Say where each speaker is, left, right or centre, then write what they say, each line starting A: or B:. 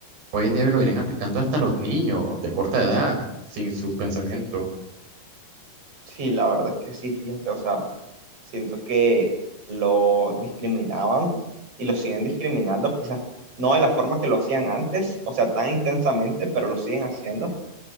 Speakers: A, on the right; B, on the right.
A: hoy en día lo vienen aplicando hasta los niños de corta edad, sin sus pensamientos.
B: Sí, la verdad es que sí, fíjate, o sea, Siento que lo discriminaban y lo siguen discriminando, quizás no de la forma que lo hacían antes, o sea, tan intensamente, pero lo siguen haciendo.